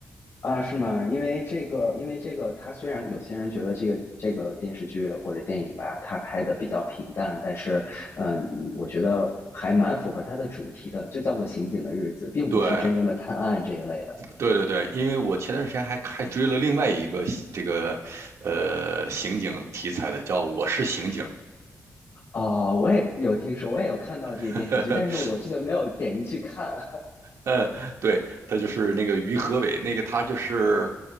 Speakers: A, on the left (about 60°); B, on the right (about 85°).
A: 啊，是吗？因为这个，因为这个，它虽然有些人觉得这个这个电视剧或者电影吧，它拍的比较平淡，但是，呃嗯，我觉得还蛮符合它的主题的，就叫做《刑警的日子》，并不是真正的探案这一类的。
B: 对。对对对，因为我前段时间还还追了另外一个这个呃刑警题材的，叫《我是刑警》。
A: 哦，我也有听说，我也有看到这个电视剧，
B: <laughs>
A: 但是我这个没有点进去看
B: 呃，对，他就是那个于和伟，那个他就是